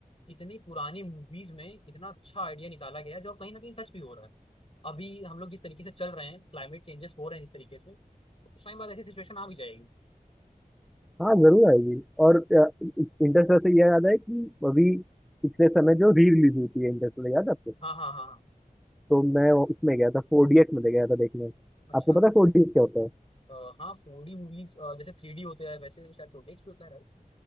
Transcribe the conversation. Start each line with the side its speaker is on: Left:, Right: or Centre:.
Left: इतनी पुरानी मूवीज में इतना अच्छा आइडिया निकाला गया है जो कहीं ना कहीं सच भी हो रहा है अभी हम लोग जिस तरीके से चल रहे हैं क्लाइमेट चेंजेस हो रहे हैं जिस तरीके से तो कुछ टाइम बाद ऐसी सिचुएशन आ भी जाएगी
Centre: हाँ जरूर आएगी और इंटरस्टेलर से यह याद है कि अभी पिछले समय जो री रिलीज हुई थी इंटरस्टेलर याद है आपको
Left: हाँ हाँ हाँ हाँ।
Centre: तो मैं वो- उसमें गया था फोर डी एक्स में गया था देखने
Left: अच्छा
Centre: आपको पता है फोर डी एक्स क्या होता है
Left: अ, हाँ फोर डी मूवीज जैसे थ्री डी होते हैं वैसे शायद फोर डी भी होता है राइट